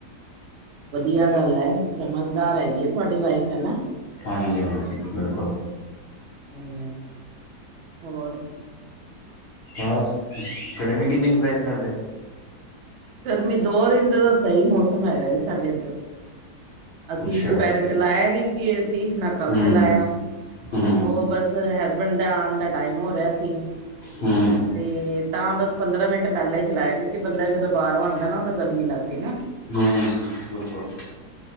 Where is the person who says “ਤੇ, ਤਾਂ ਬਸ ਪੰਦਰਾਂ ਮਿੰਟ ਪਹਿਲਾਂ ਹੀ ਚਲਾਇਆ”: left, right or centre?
Right